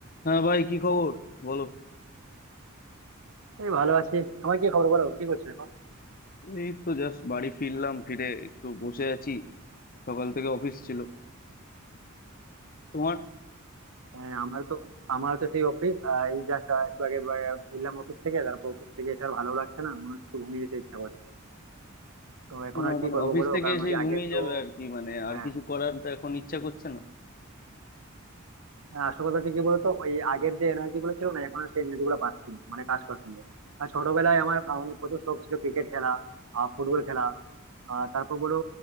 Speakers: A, on the left; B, on the right.
A: হ্যাঁ ভাই কি খবর বলো
B: এই ভালো আছি আমার কি খবর বলো কি করছো এখন
A: এই তো জাস্ট বাড়ি ফিরলাম ফিরে একটু বসে আছি সকাল থেকে অফিস ছিল তোমার
B: হ্যাঁ আমার তো আমার তো সেই অফিস এই জাস্ট একটু আগে বা- ফিরলাম অফিস থেকে তারপর অফিস থেকে এসে আর ভালো লাগছে না মনে হচ্ছে একটু ঘুমিয়ে যেতে ইচ্ছা করছে তো এখন
A: আহ,
B: আর কি
A: মানে
B: করবো
A: অফিস
B: বলো
A: থেকে
B: কারণ
A: এসে
B: ওই
A: ঘুমিয়ে
B: আগের তো
A: যাবে আর কি মানে
B: হ্যাঁ
A: আর কিছু করার তো এখন ইচ্ছা করছে না
B: হ্যাঁ, আসল কথা হচ্ছে কি বলতো ওই আগের যে এনার্জি গুলো ছিল না এখন আর সেই এনার্জি গুলো পাচ্ছি না মানে কাজ করার সময় আর ছোটবেলায় আমার অনেক প্রচুর শখ ছিল ক্রিকেট খেলা ফুটবল খেলা আহ, তারপর বলো